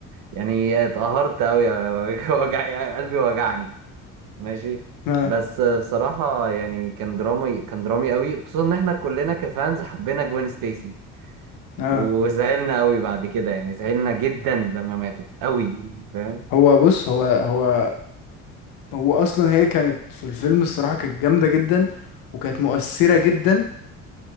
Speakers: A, on the right (about 65°); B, on the left (about 65°).
A: يعني اتقهرت قوي <laughs> وجع قلبي وجعني ماشي
B: آه.
A: بس آه، بصراحة يعني كان درامي كان درامي قوي خصوصا ان احنا كلنا كفانز حبينا جوين ستيسي
B: آه.
A: وزعلنا قوي بعد كده يعني زعلنا جدا لما ماتت قوي فاهم
B: هو بص هو هو هو أصلا هي كانت في الفيلم الصراحة كانت جامدة جدا وكانت مؤثرة جدا